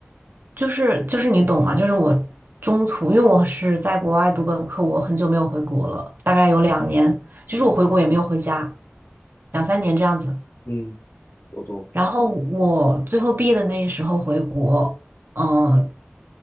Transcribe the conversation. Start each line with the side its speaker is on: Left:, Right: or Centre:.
Right: 就是就是你懂吗？就是我中途，因为我是在国外读本科，我很久没有回国了，大概有两年，就是我回国也没有回家，
Left: 嗯
Right: 两三年这样子。
Left: 嗯，我懂。
Right: 然后我最后毕业的那时候回国，嗯，